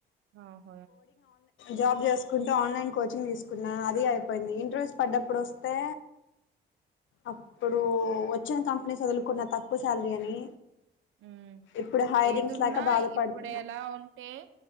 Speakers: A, on the right; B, on the left.
A: ఆ హ
B: జాబ్ చేసుకుంటూ ఆన్లైన్ కోచింగ్ తీసుకున్న అది అయిపోయింది ఇంటర్వ్యూస్ పడ్డప్పుడు వస్తే అప్పుడు వచ్చిన కంపెనీ వదులుకున్న తక్కువ శాలరీ అని
A: ఉ
B: ఇప్పుడు హైరింగ్స్
A: ఏదున్నా
B: లేక బాధపడుతున్నా
A: ఇప్పుడు ఎలా ఉంటే